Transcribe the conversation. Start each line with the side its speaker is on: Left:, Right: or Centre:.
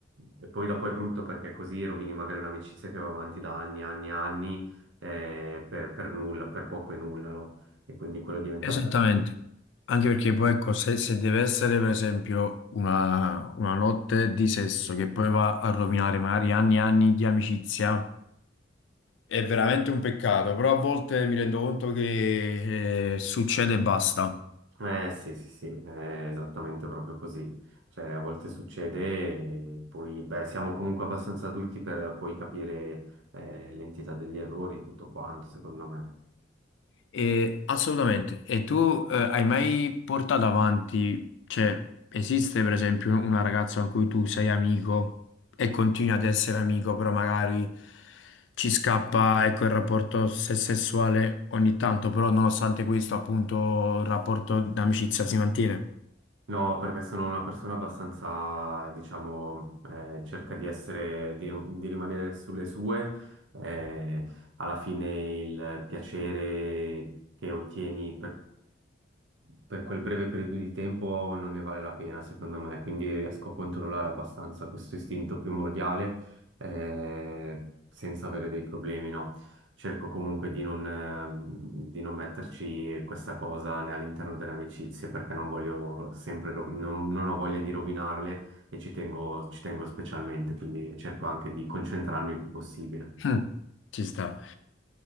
Right: e poi dopo è brutto perché così rovini magari un'amicizia che va avanti da anni, anni, anni, eh, per, per nulla, per poco e nulla, no? E quindi quello diventa...
Left: Esattamente, anche perché poi ecco, se, se deve essere per esempio una, una notte di sesso che poi va a rovinare magari anni e anni di amicizia, È veramente un peccato, però a volte mi rendo conto che eh, succede e basta.
Right: Eh sì, sì, sì, è esattamente proprio così. Cioè, a volte succede e poi, beh, siamo comunque abbastanza adulti per poi capire eh, l'entità degli errori e tutto quanto, secondo me.
Left: E, assolutamente. E tu eh, hai mai portato avanti, cioè esiste per esempio una ragazza con cui tu sei amico e continui ad essere amico, però magari ci scappa ecco, il rapporto se- sessuale ogni tanto, però nonostante questo appunto il rapporto d'amicizia si mantiene.
Right: No, perché sono una persona abbastanza, diciamo, eh, cerca di essere, di, di rimanere sulle sue. Eh, alla fine il piacere che ottieni per, per quel breve periodo di tempo non ne vale la pena, secondo me. Quindi riesco a controllare abbastanza questo istinto primordiale, eh, senza avere dei problemi, no? cerco comunque di non, ehm, di non metterci questa cosa né all'interno delle amicizie perché non voglio sempre, rovi- non, non ho voglia di rovinarle e ci tengo, ci tengo specialmente, quindi cerco anche di concentrarmi il più possibile.
Left: Hm, ci sta.